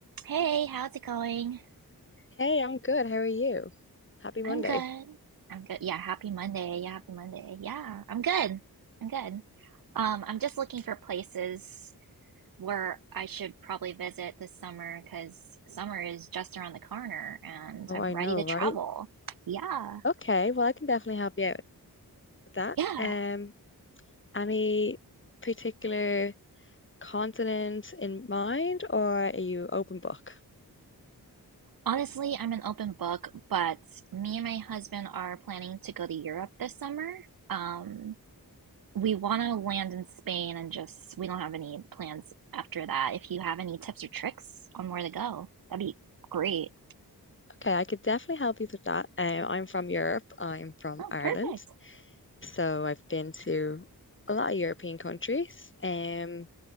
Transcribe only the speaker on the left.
Hey, I'm good. How are you? Happy Monday.
Oh,
I
know,
right?
Okay, well, I can definitely help you out with that.
Um, any particular continent in mind, or are you open book?
Okay, I could definitely help you with that. Um, I'm from Europe. I'm from
Ireland,
so I've been to a lot of European countries. Um,